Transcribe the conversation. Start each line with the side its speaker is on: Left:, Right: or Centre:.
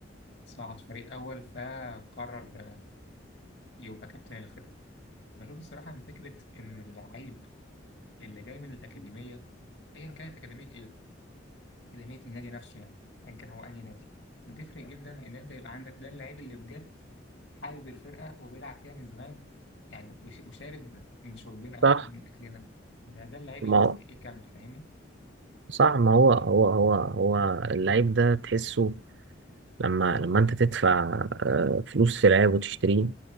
Left: صعد فريق أول فقرر آه، يبقى كابتن الفرقة بشوف الصراحة إن فكرة إن اللعيب اللي جاي من الأكاديمية أيا كانت أكاديمية إيه اكاديميه النادي نفسه يعني ايا كان هو اي نادي بتفرق جدا ان انت يبقى عندك ده اللعيب اللي بجد حابب الفرقه وبيلعب فيها من زمان يعني وش- وشارب من شربنا واكل
Right: صح
Left: من اكلنا ده ده اللعيب
Right: ما
Left: اللي يستحق
Right: هو
Left: يكمل فاهمني
Right: صح ما هو هو هو هو اللعيب ده تحسه لما لما انت تدفع آه، فلوس في لعيب وتشتريه